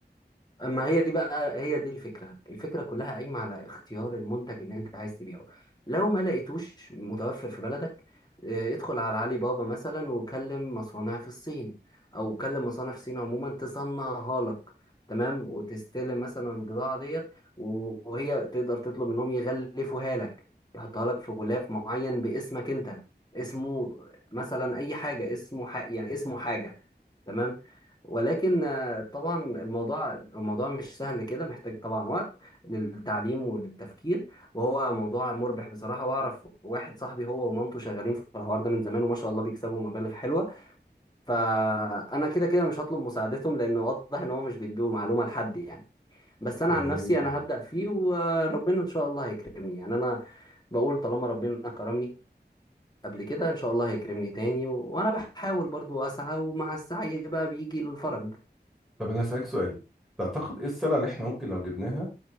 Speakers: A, on the left (about 25°); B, in the centre.
A: اما هي دي بقى هي دي الفكره الفكره كلها قايمه على اختيار المنتج اللي انت عايز تبيعه لو ما لقيتوش متوفر في بلدك آه، ادخل على علي بابا مثلا وكلم مصانع في الصين او كلم مصانع في الصين عموما تصنعها لك تمام وتستلم مثلا البضاعه ديت و- وهي تقدر تطلب منهم يغلفوها لك يحطها لك في غلاف معين باسمك انت اسمه مثلا اي حاجه اسمه ح... يعني اسمه حاجه تمام ولكن آه، طبعا الموضوع الموضوع مش سهل كده محتاج طبعا وقت للتعليم وللتفكير وهو موضوع مربح بصراحة واعرف واحد صاحبي هو ومامته شغالين في الحوار ده من زمان وما شاء الله بيكسبوا مبالغ حلوة فأنا كده كده مش هطلب مساعدتهم لأن واضح إن هو مش بيدوا معلومة لحد يعني بس أنا
B: يعني
A: عن نفسي أنا هبدأ فيه وربنا إن شاء الله هيكرمني يعني أنا بقول طالما ربنا كرمني قبل كده إن شاء الله هيكرمني تاني و... وأنا بحاول برضو أسعى ومع السعي بقى بيجي الفرج
B: طب انا هسألك سؤال تعتقد ايه السلعه اللي احنا ممكن لو جبناها